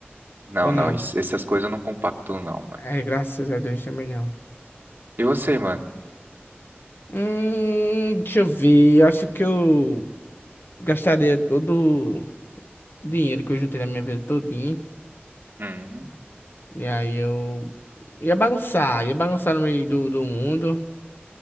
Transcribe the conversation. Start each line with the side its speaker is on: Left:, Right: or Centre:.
Right: Não,
Left: ou
Right: não,
Left: não?
Right: es- essas coisas eu não compacto não, mano.
Left: É, graças a Deus também não.
Right: E você, mano?
Left: Hum, deixa eu ver. Eu acho que eu gastaria todo o dinheiro que eu juntei na minha vida todinha
Right: Hum,
Left: E aí eu ia bagunçar, ia bagunçar no meio do, do mundo,